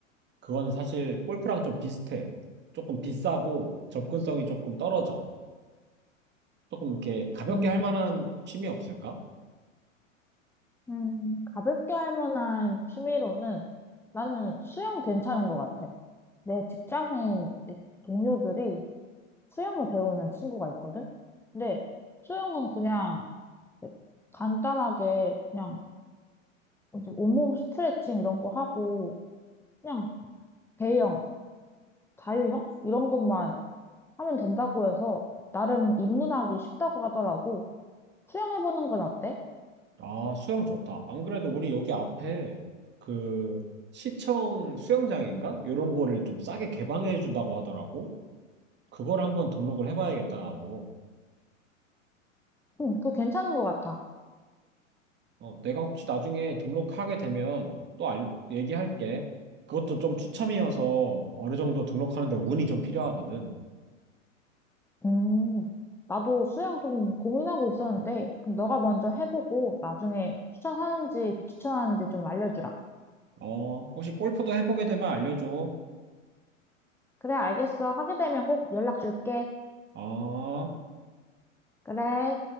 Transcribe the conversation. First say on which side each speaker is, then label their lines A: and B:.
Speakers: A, on the right; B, in the centre.
A: 그거는 사실 골프랑 좀 비슷해. 조금 비싸고 접근성이 조금 떨어져. 조금 이렇게 가볍게
B: 음,
A: 할 만한 취미 없을까?
B: 음, 가볍게 할 만한 취미로는 나는 수영 괜찮은 것 같아. 내 직장인 동료들이 수영을 배우는 친구가 있거든? 근데 수영은 그냥 간단하게 그냥 이제 온몸 스트레칭 이런 거 하고 그냥 배영, 자유형 이런 것만 하면 된다고 해서 나름 입문하기 쉽다고 하더라고. 수영해보는 건 어때?
A: 아, 수영 좋다. 안 그래도 우리 여기 앞에 그 시청 수영장인가? 요런 거를 좀 싸게 개방해 준다고 하더라고. 그걸 한번 등록을 해봐야겠다, 나도.
B: 응, 그거 괜찮은 것 같아.
A: 어, 내가 혹시 나중에 등록하게 되면 또 알, 얘기할게. 그것도 좀 추첨이어서 어느 정도 등록하는데 운이 좀 필요하거든.
B: 음, 나도 수영 좀 고민하고 있었는데 그럼 너가 먼저 해보고 나중에 추천하는지 비추천하는지 좀 알려주라.
A: 어, 혹시 골프도 해보게 되면 알려줘.
B: 그래, 알겠어. 하게 되면 꼭 연락 줄게.
A: 어.
B: 그래.